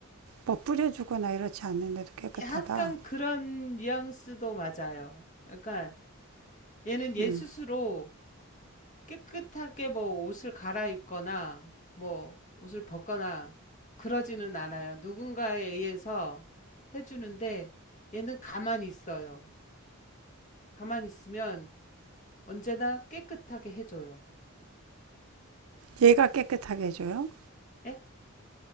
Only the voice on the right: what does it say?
뭐 뿌려주거나 이렇지 않는데도 깨끗하다.
음.
얘가 깨끗하게 해줘요?